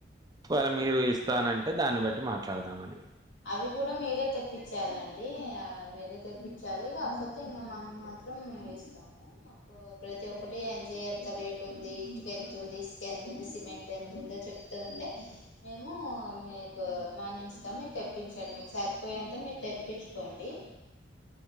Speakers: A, on the right (about 20°); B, on the left (about 80°).
A: ఒకవేళ మీరు ఇస్తానంటే దాన్ని బట్టి మాట్లాడదామని
B: అవి కూడా మీరే తెప్పించాలండి ఆ మీరే తెప్పించాలి కాకపోతే ఇంకా మనీ మ మాత్రం మేము ఇస్తాము మాకు ప్రతి ఒక్కటి ఎంత రేటు ఉంది ఇటుక ఎంత తుంది ఇసుక ఎంత ఉంది సిమెంట్ ఎంత ఉంది చెప్తుంటే మేము మీకు మనీ ఇస్తాము తెప్పించండి మీకు సరిపోయేంత మీరు తెప్పించుకోండి